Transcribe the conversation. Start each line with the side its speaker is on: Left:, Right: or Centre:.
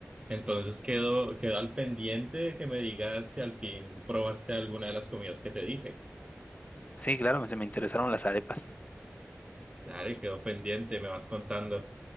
Right: Entonces quedo, quedo al pendiente de que me digas si al fin probaste alguna de las comidas que te dije.
Left: Sí, claro, me, me interesaron las arepas.
Right: Dale, quedo pendiente, me vas contando.